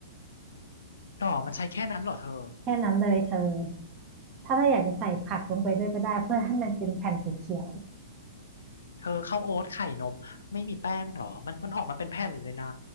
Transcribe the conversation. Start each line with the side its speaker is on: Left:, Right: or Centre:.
Left: หรอมันใช้แค่นั้นเหรอเธอ
Right: แค่นั้นเลยเธอ ถ้าเธออยากจะใส่ผักลงไปด้วยก็ได้เพื่อให้มันเป็นแผ่นสีเขียว
Left: เธอข้าวโอ๊ตไข่นมไม่มีแป้งเหรอมันมันออกมาเป็นแผ่นเลยนะ